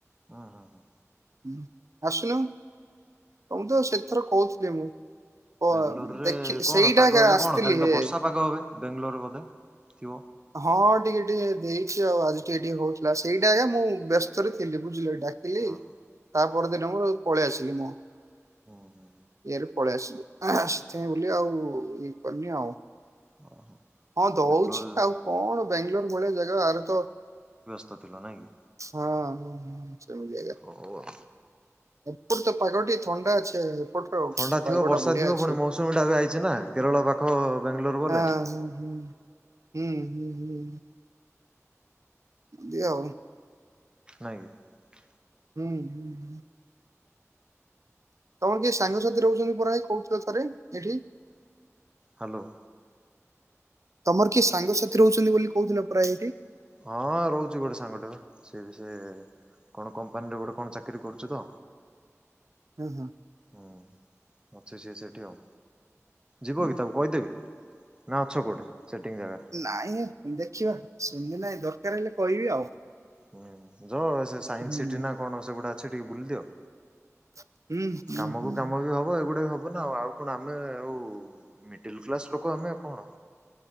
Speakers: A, on the right; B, on the right.
A: ହୁଁ ହୁଁ ହଁ
B: ହୁଁ। ଆସୁନୁ ତମକୁ ତ ସେଥର କହୁଥିଲି ମୁଁ। ଓ
A: ବେଙ୍ଗଲୋରରେ
B: ଦେଖି
A: କଣ
B: ସେଇଟା
A: ପାଗ
B: ଏକା
A: ଏବେ
B: ଆସିଥିଲିହେ
A: କଣ ଖାଲି ତ ବର୍ଷା ପାଗ ଏବେ ବେଙ୍ଗଲୋରରେ ବୋଧେ? ଥିବ
B: ହଁ ଟିକେ ଟିକେ ଦେଇ ଆଉ ଆଜି ଟିକେ ଟିକେ ହଉଥିଲା ସେଇଟା ଆଜ୍ଞା ମୁଁ ବ୍ୟସ୍ତରେ ଥିଲି ବୁଝିଲେ। ଡାକିଲି।
A: ହଁ ହଁ
B: ତା ପରଦିନ ମୁଁର ପଳି ଆସିଲି ମୁଁ।
A: ହୁଁ ହୁଁ
B: ଏରୋ ପଳି ଆସିଲି ଆ ସେଥିପାଇଁ ବୋଲି ଆଉ ଏଇ ପାରୁନି ଆଉ।
A: ଓହୋ
B: ହଁ ଦଉଛି
A: ବେଙ୍ଗଲୋର
B: ଆଉ କଣ ବ୍ୟାଙ୍ଗୋଲୋର ଭଳିଆ ଜାଗା ଆରେ ତ
A: ସ୍ତ ଥିଲ ନାଇଁ କି।
B: ହଁ ହଁ ହ ସେମିତି ଆଜ୍ଞା।
A: ହଉ ଆଉ।
B: ଏପଟେ ତ ପାାଗ ଟିକେ ଥଣ୍ଡା ଅଛି ଏପଟର
A: ଥଣ୍ଡା
B: ପାଗଟା
A: ଥିବ ବର୍ଷା
B: ବଢିଆ
A: ଥିବ
B: ଅଛି।
A: ପୁଣି ମୌସୁମୀ ଟା ଏବେ ଆଇଛି ନା କେରଳ ପାଖ ବ୍ୟାଙ୍ଗଲୋର ବୋଲେ।
B: ହଁ ହଁ ହଁ। ହୁଁ ହୁଁ ହୁଁ ଦିଆଉ
A: ନାଇଁ କି।
B: ହୁଁ ହୁଁ। ତମର କିଏ ସାଙ୍ଗସାଥି ରହୁଛନ୍ତି ପରା କହୁଥିଲ ଥରେ ଏଇଠି।
A: ହ୍ୟାଲୋ।
B: ତମର କିଏ ସାଙ୍ଗସାଥି ରହୁଛନ୍ତି ବୋଲି କହୁଥିଲ ପ୍ରାୟ ଏଇଠି।
A: ହଁ ରହୁଛି ଗୋଟେ ସାଙ୍ଗଟେ ସେ ବି ସେ କଣ କମ୍ପାନୀରେ ଗୋଟେ କଣ ଚାକିରୀ କରୁଛୁ ତ।
B: ହଁ ହଁ
A: ହୁଁ ଅଛି ସିଏ ସେଠି ଆଉ ଯିବ
B: ହୁଁ।
A: କି ତାକୁ କହିଦେବି। ନା ଅଛ କୋଉଠି? ସେଟିଂ ଜାଗାରେ
B: ନାଇଁହେ ଦେଖିବା <unintelligible> ନାଇଁ। ଦରକାର ହେଲେ କହିବି ଆଉ।
A: ହୁଁଁ। ର ସେ ସାଇନସ
B: ହୁଁ
A: ସିଟି ନା କଣ ସେଗୁଡା ସେ ଟିକେ ବୁଲଦିଅ।
B: <unintelligible>
A: କାମ
B: ହୁଁ
A: କୁ କାମ ବି ହବ ଏଗୁଡା ବି ହବ। ହବ ନା ଆଉ କଣ ଆମେ ଆଉ ମିଡିଲ କ୍ଲାସ୍ ଲୋକ ଆମେ ଆଉ କଣ?